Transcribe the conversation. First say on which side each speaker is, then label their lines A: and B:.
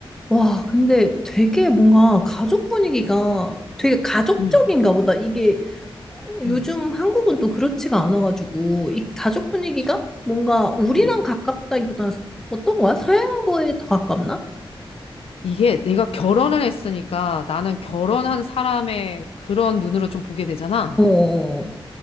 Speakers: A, in the centre; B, on the left.
A: 와, 근데 되게 뭔가 가족 분위기가 되게 가족적인가
B: 응,
A: 보다. 이게 요즘
B: 응,
A: 한국은 또 그렇지가 않아가지고 이 가족 분위기가
B: 그치.
A: 뭔가 우리랑
B: 음.
A: 가깝다기보다는 어떤 거야? 서양부에 더 가깝나?
B: 이게 내가 결혼을 했으니까 나는 결혼한 사람의 그런 눈으로 좀 보게 되잖아.
A: 어, 어.